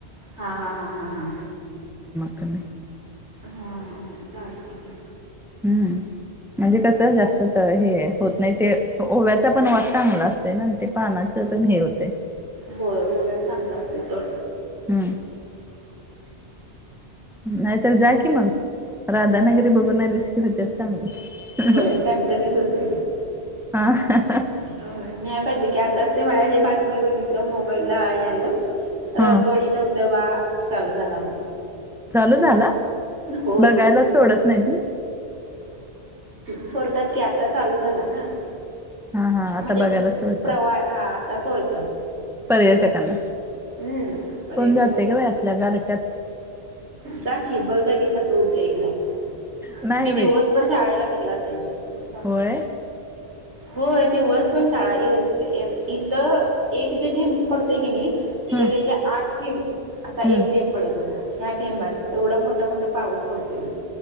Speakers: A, on the right (about 80°); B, in the centre.
A: हा हा हा हा हा.
B: <unintelligible>
A: हा ह चालतय की.
B: हम्म. म्हणजे कसं जास्त हे होत नाही ते ओव्याचा पण वास चांगला असतो ना ते पा त्यांचा पण हे होतेय.
A: होय ओवा चांगला असते चळ.
B: हम्म. नायतर जाकी मग. राधानगरी
A: हम्म
B: बघून आलीस की होत्यात चांगली.
A: होय टणटणीत होते.
B: हा.
A: होय न्याय पाहिजे की आताच ते मला हे बातमी बघितलं मोबाईल ला यायला. राऊ
B: हा
A: तोडी धबधबा चालू झाला म्हण.
B: चालू झाला
A: होय
B: बघायला सोडत नाहीत ना.
A: सोडतात की आता चालू झाला ना.
B: हा हा आता
A: म्हणजे
B: बघायला सोडत्यात
A: प्रवाह हा आता सोडतात.
B: पर्यटकांना
A: हम्म पर्यटकांना
B: कोण जाते ग बाई
A: तसं
B: आसल्या गारट्यात.
A: जा की बघ जा कि कसं होतं एकदा.
B: नाही
A: मी दिवसभर
B: बाई.
A: शाळेला तिकडं असायची म सा
B: होय?
A: होय दिवस पण शाळा ए ए इथं एक जे ठेंब पडते की नाही
B: हं
A: तर त्याच्या आठ थेँब असा
B: हं.
A: एक थेंब पडत होता. ह्या ठेमबांचे एवढा मोठा-मोठा पाऊस पडतोय.